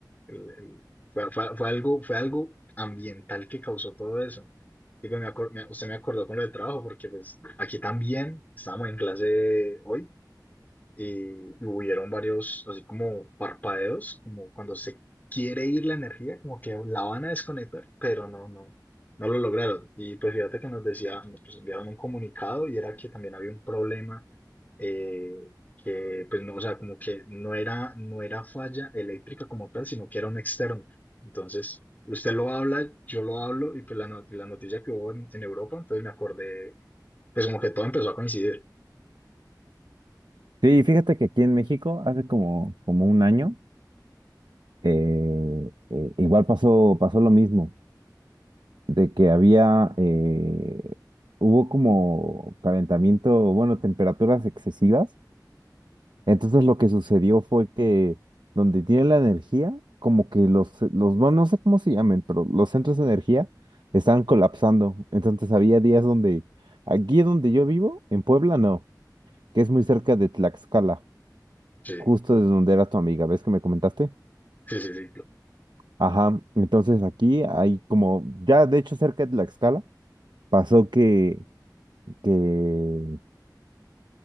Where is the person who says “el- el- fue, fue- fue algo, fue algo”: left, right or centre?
Left